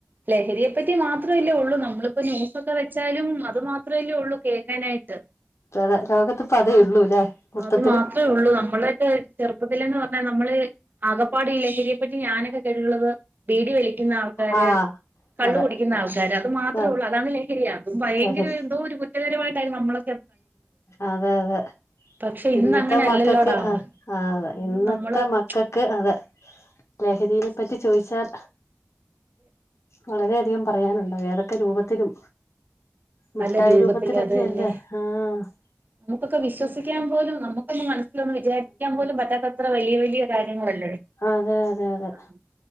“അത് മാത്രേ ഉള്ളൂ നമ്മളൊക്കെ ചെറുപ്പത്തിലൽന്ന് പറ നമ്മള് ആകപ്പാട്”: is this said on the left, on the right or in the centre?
Right